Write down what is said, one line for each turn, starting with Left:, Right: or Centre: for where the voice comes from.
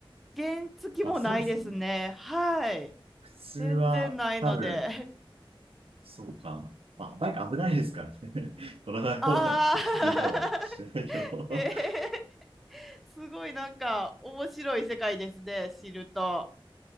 Centre: 原付もないですね。
Right: まあそうですよね。
Centre: はい。
Right: 普通は、
Centre: 全然ないので。
Right: 多分、そうか。まあ、バイク危ないですからね。<laughs> 乗らない方がいいかもしれないけど。
Centre: <laughs> ああ、<laughs> えーすごいなんか面白い世界ですね、知ると。